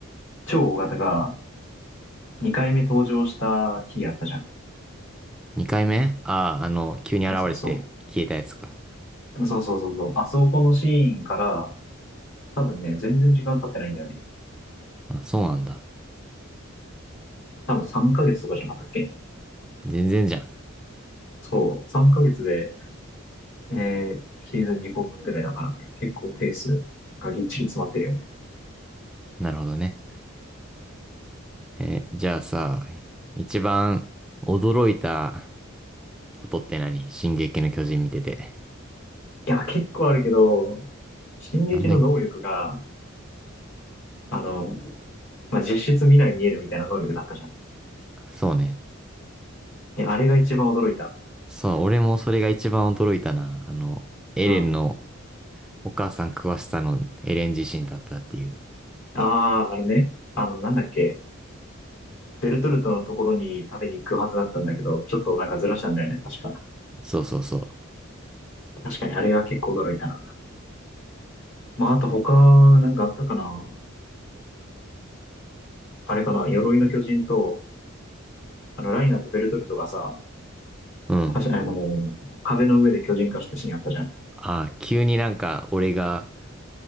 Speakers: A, on the left; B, in the centre.
A: 超大型が2回目登場した日やったじゃん。
B: 二回目ああ、あの、急に現れて消えたやつか。
A: そうそうそう。そうそうそうそう。あそこのシーンから、多分ね、全然時間経ってないんだよね。
B: あ、そうなんだ。
A: 多分3ヶ月とかじゃなかったっけ
B: 全然じゃ
A: そう。3ヶ月で、えー、シーズン2個分ぐらいだからね。結構ペースがぎっちり詰まってるよね。
B: ん。なるほどね。え、じゃあさ、一番驚いたことって何進撃の巨人見てて。
A: いや、結構あるけど、進撃の能力が、
B: なんで、
A: あの、まあ、実質未来見えるみたいな能力だったじゃん。い
B: そうね。
A: や、あれが一番驚いた。
B: そう、俺もそれが一番驚いたな。あの、エレンの
A: うん。
B: お母さん食わしたのエレン自身だったっていう。
A: ああ、あのね、あの、なんだっけ、ベルトルトのところに食べに行くはずだったんだけど、ちょっとなんかずらしたんだよね、確か。
B: そうそうそ
A: 確かにあれは結構驚いたな。まあ、あと他、なんかあったかな。あれかな、鎧の巨人と、あの、ライナーとベルトルトがさ、
B: う。うん。
A: はしあの、壁の上で巨人化したシーンあったじゃん。
B: あ、急になんか俺が、